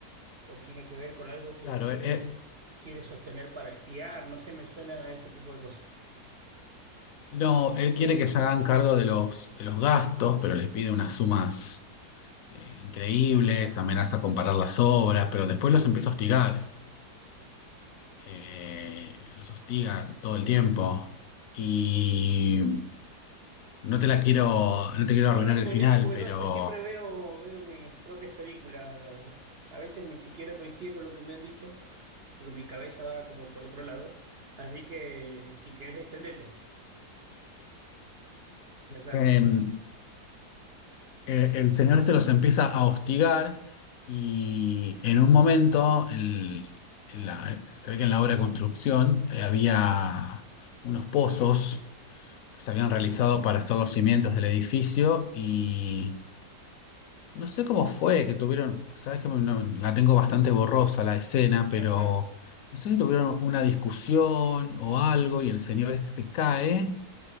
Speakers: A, on the right (about 55°); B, on the left (about 70°).
A: o tiene que ver con algo que
B: Claro,
A: quiere,
B: eh, eh,
A: quiere sostener para espiar? No sé, me suena a ese tipo de cosas.
B: no, él quiere que se hagan cargo de los, de los gastos, pero les pide unas sumas eh, increíbles, amenaza con parar las obras, pero después los empieza a hostigar. Eh, los hostiga todo el tiempo. Y no te la quiero, no te quiero
A: No,
B: arruinar
A: no, spoileame
B: el final,
A: porque
B: pero
A: yo después siempre veo, veo mis propias películas. A veces ni siquiera coincide con lo que me han dicho, porque mi cabeza va como por otro lado. Así que si querés, extendete, explayate.
B: em, eh, el señor este los empieza a hostigar y en un momento el- en la- se ve que en la obra de construcción eh, había unos pozos que se habían realizado para hacer los cimientos del edificio y no sé cómo fue que tuvieron, sabes que no- la tengo bastante borrosa la escena, pero
A: Ajá,
B: no sé si tuvieron una discusión o algo y el señor este se cae